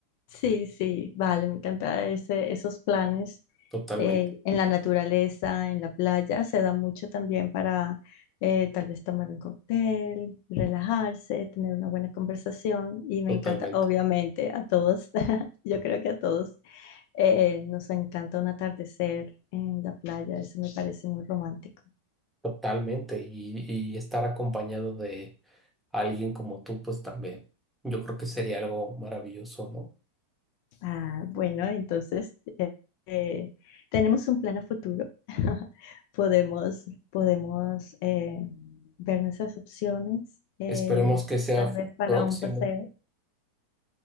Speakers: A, on the left; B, in the centre.
A: Sí, sí, vale, me encanta ese, esos planes
B: Totalmente,
A: eh, en la naturaleza, en la playa. Se da mucho también para eh, tal vez tomar un cóctel, relajarse, tener una buena conversación. Y me
B: totalmente.
A: encanta, obviamente, a todos, <laughs> yo creo que a todos eh, nos encanta un atardecer en la playa. Eso me parece muy romántico.
B: Totalmente, y, y estar acompañado de alguien como tú, pues también. Yo creo que sería algo maravilloso, ¿no?
A: Ah, bueno, entonces eh, eh, tenemos un plan a futuro. <laughs> Podemos, podemos eh, ver nuestras opciones, eh,
B: Esperemos que sea
A: tal vez para
B: próximo.
A: un paseo.